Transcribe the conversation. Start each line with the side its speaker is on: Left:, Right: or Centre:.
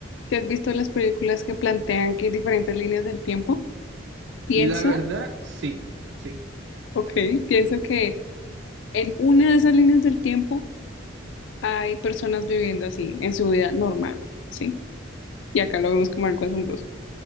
Left: Si has visto las películas que plantean que hay diferentes líneas del tiempo, pienso,
Right: La verdad, sí, sí,
Left: ok, pienso que en una de esas líneas del tiempo hay personas viviendo así, en su vida normal, ¿sí? Y acá lo vemos como algo asombroso.